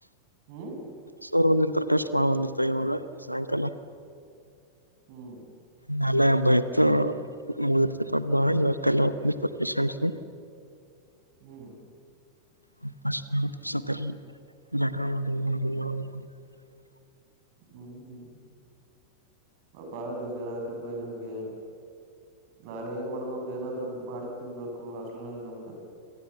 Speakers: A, on the right; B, on the right.
A: ಹ್ಮ.
B: ಸರ್ ಬಂದಿರ್ತಾರ ಟೆಸ್ಟ್ ಬಾಳ್ ಬಂದಿರ್ತಾವ್ ಇವಾಗ ಸಾಯಂಕಾಲ.
A: ಹ್ಮ್.
B: ನಾಲೆ ಹಬ್ಬಾಇತ್ತು ಮುಗ್ದಿರ್ತೆತ್ ಹಬ್ಬಾ ಇವತ್ತೆಲ್ಲ ಹೋಗಿರ್ತ್ ಪೇಷಂಟ್ಸ.
A: <unintelligible> ಹ್ಮ್.
B: <inaudible>
A: ಹ್ಮ್ ಹ್ಮ್. ಬಬಾಳ್ ಬೇಜಾರಾಗಾತೆತ್ ಭೈ ನನ್ಗೆ. ನಾಳೆ ಏನ್ ಮಾಡ್ಬೇಕು ಏನಾದ್ರೂ ಮಾಡಿ ತಿನ್ಬೇಕು ಹಾಸ್ಟ್ಲನಲ್ಲಿ ನಮ್ದು.